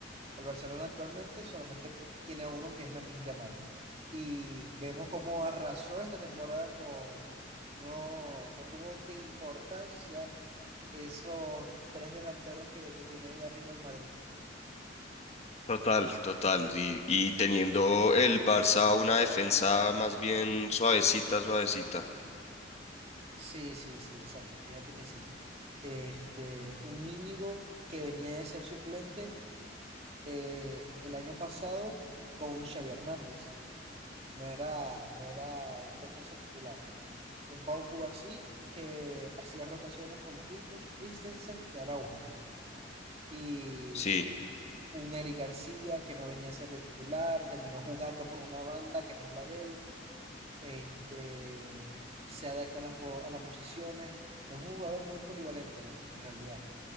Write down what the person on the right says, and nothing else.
El Barcelona actualmente solamente cu- tiene a uno que es Lamine Yamal. Y vemos cómo arrasó esta temporada con... No, no tuvo de importancia esos tres delanteros que, que tiene ahí arriba el Madrid.
Sí, sí, sí, exacto. Fíjate que sí. Este, un Íñigo que venía de ser suplente eh, el año pasado con un Xavi Hernández. No era, no era un defensa titular. un Pau Cubarsí que hacía rotaciones con Christensen y Araujo. Y
un Eric García que no venía a ser de titular, terminó jugando por una banda que no es la de él, este, se adapta a las, po- a las posiciones, es un jugador muy polivalente en, en realidad.